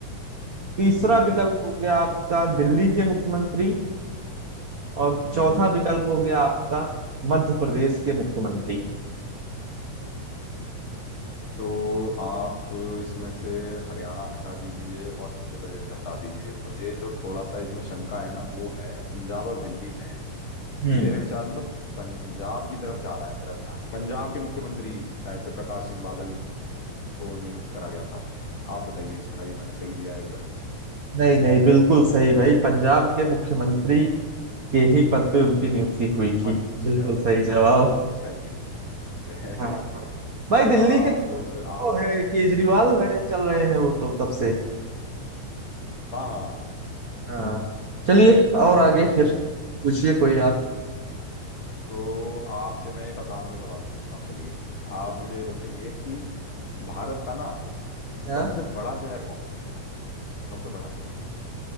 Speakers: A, on the right (about 75°); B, on the left (about 50°).
A: तीसरा
B: ठीक
A: विकल्प
B: है
A: हो गया आपका दिल्ली के मुख्यमंत्री और चौथा
B: हम्म
A: विकल्प हो गया आपका मध्य प्रदेश के मुख्यमंत्री
B: तो आप इसमें से हरियाणा हटा दीजिए और मध्य प्रदेश हटा दीजिए मुझे जो थोड़ा सा इसमें शंका है ना वो है पंजाब और दिल्ली में है
A: हम्म
B: मेरे विचार में तो पंजाब की तरफ जा रहा है मेरा ध्यान पंजाब के मुख्यमंत्री शायद से प्रकाश सिंह बादल को नियुक्त करा गया था आप बताइए इसका ये मैंने सही दिया है गलत
A: नहीं नहीं बिल्कुल सही भाई पंजाब के मुख्यमंत्री के ही पद पे उनकी नियुक्ति हुई थी
B: अच्छा
A: बिल्कुल सही जवाब
B: चलिए अच्छी बात है
A: हाँ
B: <laughs> आप
A: भाई दिल्ली के तो
B: आप
A: वो है केजरीवाल
B: हम्म हम्म,
A: है चल रहे हैं वो तो कब से
B: हाँ हाँ हाँ
A: हाँ चलिए और आगे
B: केजरीवाल
A: फिर
B: चलिए
A: पूछिए कोई आप
B: तो आपसे मैं एक आसान सा सवाल पूछता हूँ चलिए आप मुझे बताइए कि भारत का ना
A: हाँ
B: सबसे बड़ा शहर कौन सा है सबसे बड़ा शहर